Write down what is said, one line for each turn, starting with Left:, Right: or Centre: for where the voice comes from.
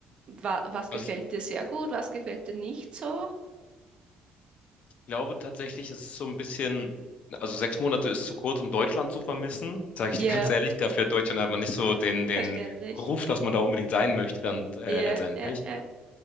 Right: wa was
Left: Also
Right: gefällt
Left: ich
Right: dir sehr gut? Was gefällt dir nicht so?
Left: glaube tatsächlich, es ist so ein bisschen, also sechs Monate ist zu kurz, um Deutschland zu vermissen, sage
Right: Ja,
Left: ich dir ganz ehrlich, dafür hat Deutschland einfach nicht so den, den
Right: <laughs> verständlich.
Left: Ruf, dass man da unbedingt sein möchte, dann äh,
Right: Ja,
Left: letztendlich.
Right: ja. äh,